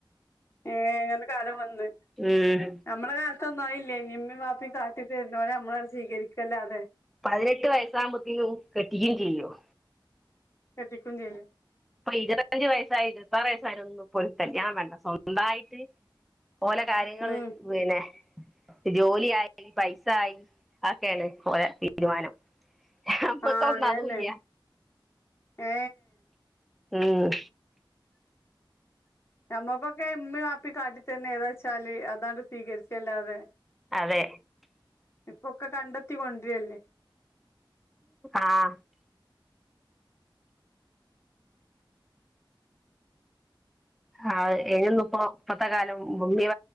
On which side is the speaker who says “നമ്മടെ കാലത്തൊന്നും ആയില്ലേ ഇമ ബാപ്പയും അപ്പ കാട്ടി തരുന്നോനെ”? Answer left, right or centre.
Left